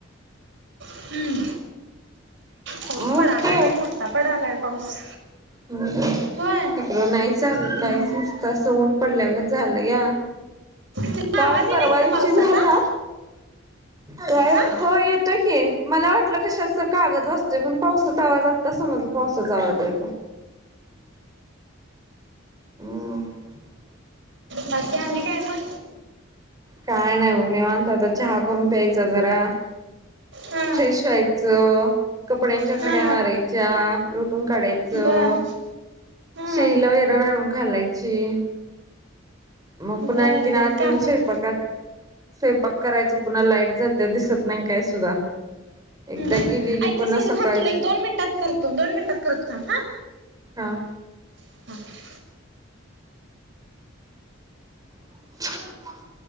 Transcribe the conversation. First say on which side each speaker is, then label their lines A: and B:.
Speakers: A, on the right; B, on the right.
A: हम्म पाऊस
B: मोठी
A: पडालाय बाई मोठा पडालाय पाऊस.
B: हम्म
A: होय.
B: तिकडं नाहीच अगं
A: हम्म
B: काहीच
A: हम्म
B: नाही नुस त असं ऊन पडल्यागत झालंया.
A: तुला
B: काल
A: आवाज येईना
B: परवा
A: इथं
B: दिवशी
A: पावसाचा
B: झाला, काय
A: हा
B: हो येतं की मला वाटलं कशाच कागद वाजतोय पण पावसाचा आवाज आता समजलं पावसाचा आवाज आहे तो. <unintelligible>
A: बाकी आणि काय मग?
B: काय नाही बघ निवांत आता चहा करून प्यायचा जरा.
A: हा
B: फ्रेश व्हायचं, कपड्यांच्या घड्या
A: हा
B: मारायच्या. लोटून काढायचं.
A: बर हा
B: शेळीला वैरण आणून घालायची मग
A: बर
B: पुन्हा की नाही
A: बर
B: आत
A: का
B: येऊन
A: हम्म
B: स्वयंपाक स्वयंपाक करायच पुन्हा लाईट जात्या दिसत नाही काय सुद्धा. एकदा
A: हम्म.
B: गेली की
A: ऐक
B: पुन्हा
A: सायली
B: सकाळची
A: थांब तुला एक दोन मिनिटात करतो दोन मिनटात करतो थांब हां.
B: हां.
A: <unintelligible>
B: <unintelligible>